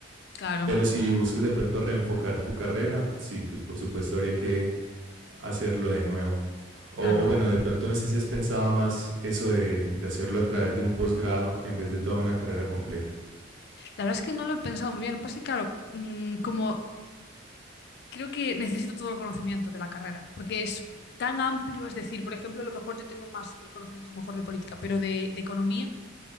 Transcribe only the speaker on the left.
claro,
claro.
La verdad es que no lo he pensado muy bien. Lo que pasa es que, claro, mm, como creo que necesito todo el conocimiento de la carrera, porque es tan amplio, es decir, por ejemplo, a lo mejor yo tengo más eh, conocimientos a lo mejor de política, pero de, de economía.